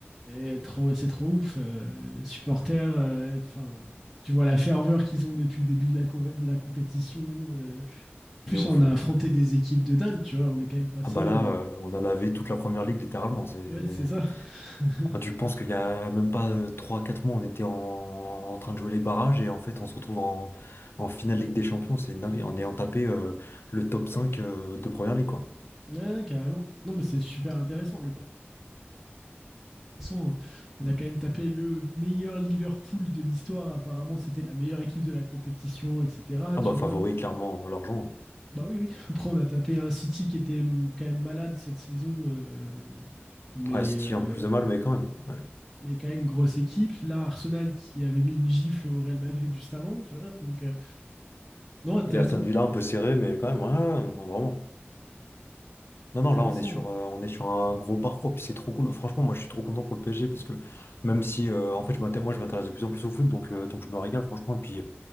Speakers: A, in the centre; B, on the left.
A: Et trop, c'est trop ouf. euh, les supporters, euh, enfin, tu vois la ferveur qu'ils ont depuis le début de la, co- de la compétition. euh, plus
B: De ouf.
A: on a affronté des équipes de dingue, tu vois, on est quand même passé.
B: Ah bah là,
A: euh,
B: euh, on a lavé toute la première ligue, littéralement, c'est...
A: Ouais, c'est ça. <laughs>
B: Quand tu penses qu'il y a même pas euh, trois quatre mois, on était en, en train de jouer les barrages et en fait on se retrouve en, en finale Ligue des Champions, c'est une dinguerie, en ayant tapé euh, le top 5 euh, de Première Ligue quoi.
A: Ouais, carrément. Non, mais c'est super intéressant. Le passant, on a quand même tapé le meilleur Liverpool de l'histoire. Apparemment, c'était la meilleure équipe de la compétition, etc.
B: Ah
A: Tu
B: bah favori
A: vois.
B: clairement euh, l'argent.
A: Bah oui, oui. Après, on a tapé un City qui était mm, quand même malade cette saison, euh, mais,
B: Ouais, City
A: euh,
B: un peu plus de mal mais quand même. Ouais.
A: mais quand même grosse équipe. Là, Arsenal qui avait mis une gifle au Real Madrid juste avant, tu vois. Donc, euh, non, intéressant.
B: Et Aston Villa un peu serré mais quand même, ouais, ouais, non, vraiment. Non, non,
A: Intéressant,
B: là on est sur,
A: ouais.
B: euh, on est sur un gros parcours, puis c'est trop cool. Franchement, moi je suis trop content pour le PSG parce que même si euh, en fait je m'intéresse, moi je m'intéresse de plus en plus au foot, donc, euh, donc je me régale franchement. Et puis